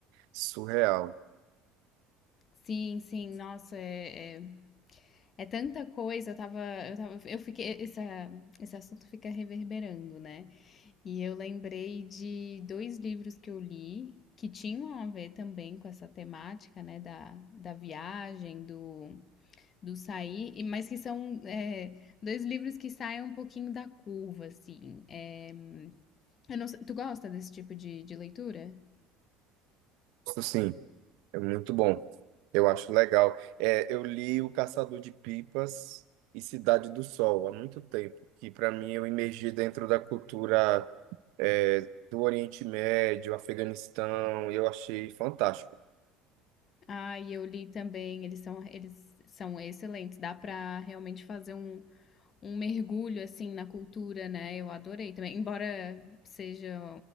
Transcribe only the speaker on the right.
surreal.
Isso sim, é muito bom. Eu acho legal. É, eu li O Caçador de Pipas e Cidade do Sol há muito tempo, que para mim eu imergi dentro da cultura é, do Oriente Médio, Afeganistão, e eu achei fantástico.